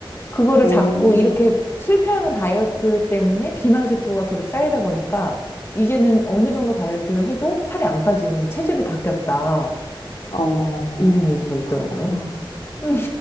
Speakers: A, on the left; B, on the left.
A: 그거를
B: 음,
A: 자꾸 이렇게 실패하는 다이어트 때문에 비만세포가 계속 쌓이다 보니까 이제는 어느 정도 다이어트를 해도 살이 안 빠지는 체질로 바뀌었다.
B: 어,
A: 이런 얘기가 있더라고요.
B: 그렇구나.
A: 음,